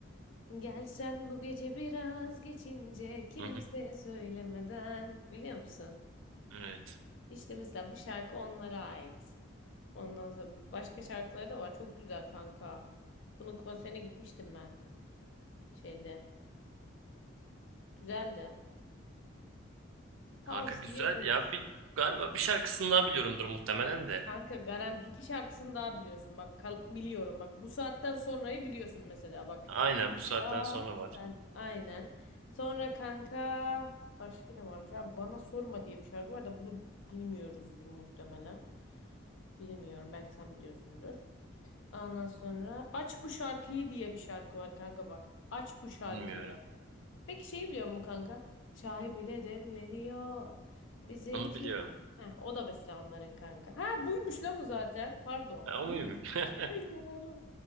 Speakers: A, on the left (about 65°); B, on the right (about 80°).
A: Gelsen bu gece biraz geçince kimseye
B: Hı hı.
A: söylemeden biliyor musun?
B: Evet.
A: İşte mesela bu şarkı onlara ait. Ondan sonra başka şarkıları da var. Çok güzel kanka. Bunun konserine gitmiştim ben şeyde. Güzeldi. Tavsiye
B: Kanka güzel
A: ederiz.
B: ya. Bir, galiba bir şarkısını daha biliyorumdur muhtemelen de.
A: Kanka garanti iki şarkısını daha biliyorsun. Bak kal- biliyorum bak bu saatten sonrayı biliyorsun mesela bak.
B: Aynen bu saatten
A: Aa,
B: sonra var.
A: sen aynen. Sonra kanka başka ne varmış? Abi bana sorma diye bir şarkı var da bunu bilmiyoruzdur muhtemelen. Bilmiyorum belki sen biliyorsundur. Ondan sonra Aç bu şarkıyı diye bir şarkı var kanka bak. Aç bu şarkıyı.
B: Bilmiyorum.
A: Peki şeyi biliyor musun kanka? Çay bile demleniyor. Bize
B: Onu
A: iki.
B: biliyorum.
A: Heh, o da mesela onların kanka. Ha buymuş lan o zaten. Pardon.
B: Ha,
A: Buymuş.
B: o muymuş? <laughs>
A: <laughs> Aynen oğlum.